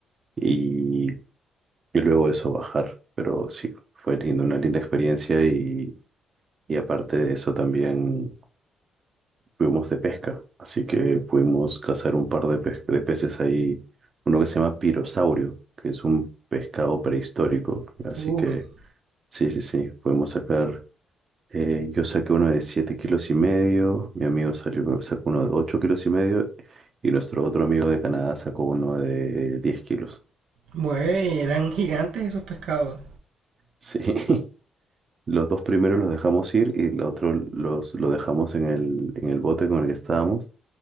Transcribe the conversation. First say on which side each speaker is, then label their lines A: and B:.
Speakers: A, on the right; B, on the right.
A: y, y luego eso bajar. Pero sí, fue lindo, una linda experiencia y, y aparte de eso también fuimos de pesca, así que pudimos cazar un par de, pes- de peces ahí, uno que se llama pirosaurio, que es un pescado prehistórico, así
B: Uf,
A: que... Sí, sí, sí, podemos sacar Eh, yo saqué uno de 7 kilos y medio, mi amigo salió, sacó uno de 8 kilos y medio y nuestro otro amigo de Canadá sacó uno de 10 kilos.
B: güey, eran gigantes esos pescados.
A: Sí, <laughs> los dos primeros los dejamos ir y el otro los, lo dejamos en el, en el bote con el que estábamos